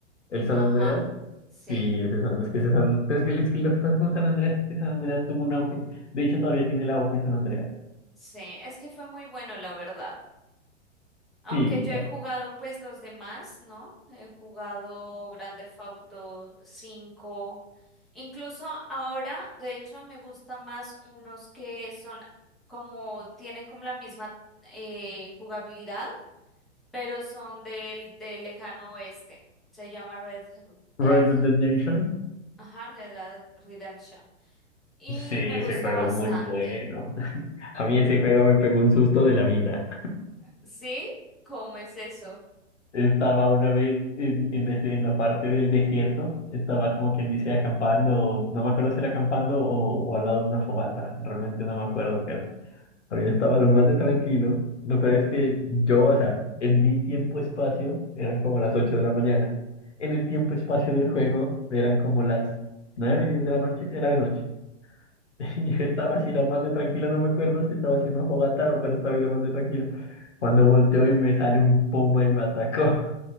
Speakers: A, on the left (about 70°); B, in the centre.
A: el San
B: Ajá,
A: Andreas,
B: sí,
A: sí, ese San- es que ese San, pero es que, es que lo que pasa con San Andreas es que San Andreas tuvo un auge. De hecho, todavía tiene el auge San Andreas.
B: sí, es que fue muy bueno, la verdad. Aunque
A: Sí,
B: yo he jugado pues los demás, ¿no? He jugado Grand Theft Auto cinco, Incluso ahora, de hecho, me gusta más unos que son como, tienen como la misma eh, jugabilidad, pero son del, del lejano oeste. Se llama Red Dead,
A: Red Dead Redemption.
B: ajá, Red Dead Redemption. y
A: Sí,
B: me gusta
A: ese juego
B: bastante.
A: es muy bueno. <laughs> A mí ese juego me pegó un susto de la vida.
B: ¿Sí? ¿Cómo es eso?
A: Estaba una vez en, en des- en la parte del desierto, estaba como quien dice acampando, no me acuerdo si era acampando o, o al lado de una fogata, realmente no me acuerdo qué era. Pero yo estaba lo más de tranquilo, lo peor es que yo, o sea, en mi tiempo-espacio eran como las 8 de la mañana, en el tiempo-espacio del juego eran como las 9 10 de la noche, era de noche. <laughs> Y yo estaba así lo más de tranquilo, no me acuerdo si estaba haciendo fogata, o pero estaba ahí lo más de tranquilo. Cuando volteo y me sale un puma y me atacó. <laughs>